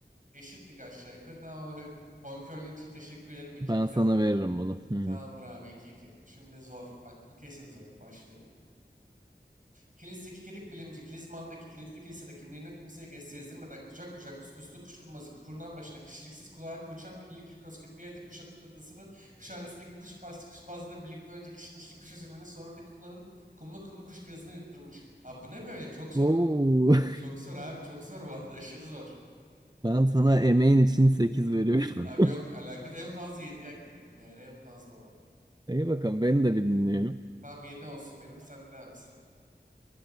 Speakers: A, on the right (about 45°); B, on the right (about 20°).
A: Eşitlik aşağı yukarı tamam abi. Bonkörlüğün için teşekkür ederim 2-2
B: Ben sana
A: abi.
B: veririm bunu. Hı. hı.
A: Tamamdır abi 2-2. Şimdi zor. Bak bu kesin zor. Başlıyorum. Kilis'teki kedik bilimci, Kilizman'daki kilitli kilisede kimliğinden kimseye gez- sezdirmeden kucak kucak kuskuslu kuşkunmazı kurnan başına kişiliksiz kulağa koçan kirli kirkoz kirpiyede kuş atı adasının kuşhanesindeki kuş bastı kuşbazla da birlikte önce kişnişli kuş üzümünü sonra da kumlanın kumlu kumlu kuş kirazını yutturmuş. Abi bu ne böyle? Çok zor.
B: Oo. <laughs>
A: Çok zor abi. Çok zor bu arada. Aşırı zor.
B: Ben sana emeğin için 8 veriyorum.
A: Abi yok alakası. En fazla 7'yi hak ettim yani. En fazla o da.
B: <laughs> İyi bakalım beni de bir dinleyelim.
A: Tamam 7 olsun benim. Sen de abi sıra.